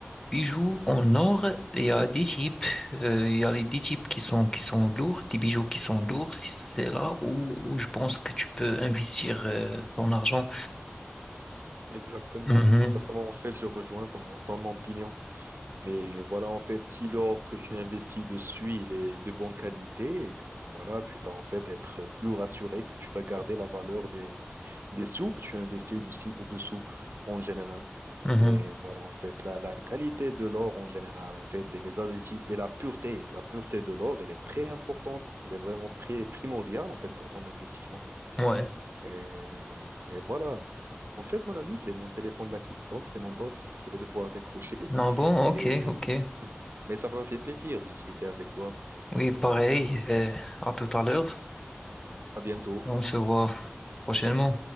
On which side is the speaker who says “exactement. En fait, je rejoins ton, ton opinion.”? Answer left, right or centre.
Right